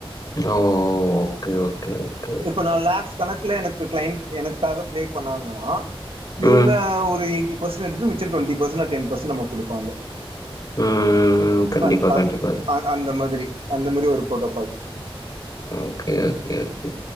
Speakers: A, on the left (about 40°); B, on the right (about 65°).
A: ஓ ஓ ஓகே ஓகே ஓகே
B: இப்ப நா லேக்ஸ் கணக்குல எனக்கு கிளைண்ட் எனக்காக பிளே பண்ணாங்கன்னா இவுங்க
A: ம்
B: ஒரு எயி ட்டி பர்ஸ்சன்ட் எடுத்து மிச்ச twenty percent or ten percent நம்ளுக்கு குடுப்பாங்க
A: ம் ம் ம் ம் கண்டிப்பா
B: அந் அ
A: கண்டிப்பா
B: அ அந்த மாதிரி அந்த மாதிரி ஒரு protocol
A: okay okay okay